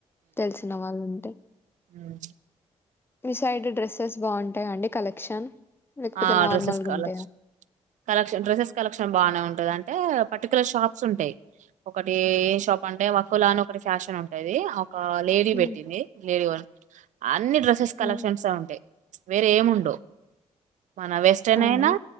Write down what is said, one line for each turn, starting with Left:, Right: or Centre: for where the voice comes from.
Left: తెలిసిన వాళ్లుంటే.
Right: మ్
Left: మి సైడ్ డ్రస్సెస్ బాగుంటాయ అండి కలెక్షన్? లేకపోతే
Right: ఆ
Left: నార్మల్గా
Right: డ్రెస్సెస్ కలెక్షన్
Left: ఉంటాయా?
Right: కలెక్షన్ డ్రెస్సెస్ కలెక్షన్ బానే ఉంటది అంటే పర్టికులర్ షాప్స్ ఉంటాయి ఒకటీ ఏ షాప్ అంటే వహులా అని ఒకటి ఫ్యాషన్ ఉంటది ఒక లేడీ
Left: హ్మ్.
Right: పెట్టింది లేడీ వన్ అన్ని డ్రెస్సెస్ కలెక్షన్స్
Left: హ్మ్.
Right: ఉంటా్ వేరే ఏముండవ్ మన వెస్ట్రన్
Left: అవును.
Right: అయినా